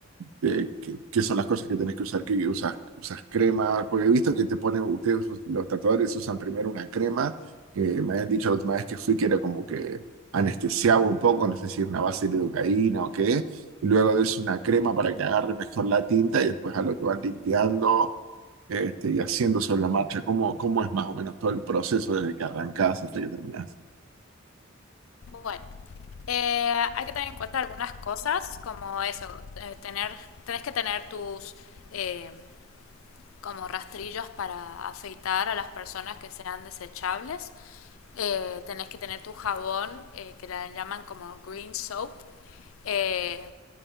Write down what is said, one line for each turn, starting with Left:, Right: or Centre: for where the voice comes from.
Right: eh, ¿qué, qué son las cosas que tenés que usar? ¿Qué usas, usas crema? Porque he visto que te ponen, ustedes, us- los tatuadores, usan primero una crema, que me habían dicho la última vez que fui que era como que anestesiaba un poco, no sé si es una base de lidocaína o qué, y luego es una crema para que agarre mejor la tinta y después a lo que van limpiando este, y haciendo sobre la marcha, cómo, cómo es más o menos todo el proceso desde que arrancás hasta que terminás.
Left: Bueno, eh, hay que tener en cuenta algunas cosas, como eso, eh, tener, tenés que tener tus eh, como rastrillos para afeitar a las personas que sean desechables. Eh, tenés que tener tu jabón, eh, que la llaman como green soap. Eh,